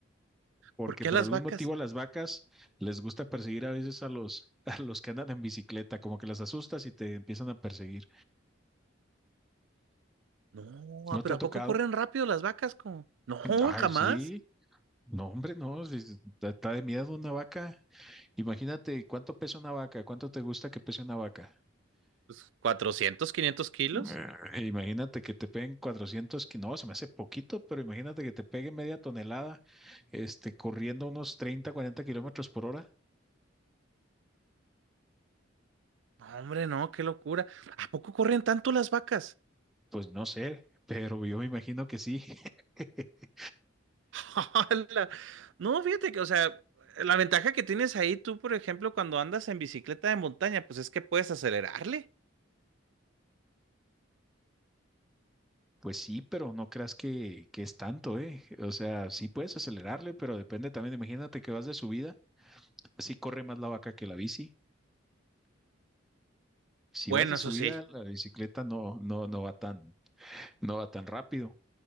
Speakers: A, in the centre; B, on the right (about 70°).
A: porque
B: ¿Por qué
A: por
B: a las
A: algún
B: vacas?
A: motivo a las vacas les gusta perseguir a veces a los, <laughs> a los que andan en bicicleta, como que las asustas y te empiezan a perseguir.
B: No,
A: ¿No
B: ah, pero
A: te ha
B: ¿a
A: tocado?
B: poco corren rápido las vacas? Como, no,
A: Ay,
B: jamás.
A: sí. No, hombre, no, sí, sí, está está de miedo una vaca. Imagínate cuánto pesa una vaca, cuánto te gusta que pese una vaca.
B: Pues, 400 500 kilos.
A: Eh, imagínate que te peguen 400, ki- no, se me hace poquito, pero imagínate que te peguen media tonelada, este, corriendo unos 30, 40 kilómetros por hora,
B: No, hombre, no, qué locura. ¿A poco corren tanto las vacas?
A: pues no sé, pero yo me imagino que sí. <laughs>
B: <laughs> ¡Hala! No, fíjate que, o sea, la ventaja que tienes ahí tú, por ejemplo, cuando andas en bicicleta de montaña, pues es que puedes acelerarle.
A: Pues sí, pero no creas que, que es tanto, ¿eh? O sea, sí puedes acelerarle, pero depende también. Imagínate que vas de subida, sí corre más la vaca que la bici. Si
B: Bueno,
A: vas de subida,
B: eso sí,
A: la bicicleta no, no, no va tan, no va tan rápido.